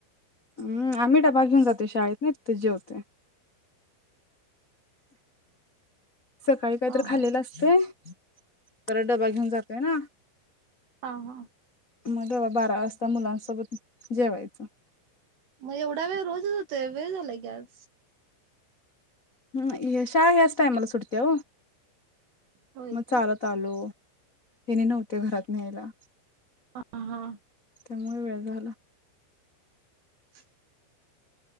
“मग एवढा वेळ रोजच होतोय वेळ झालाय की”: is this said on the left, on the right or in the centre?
Right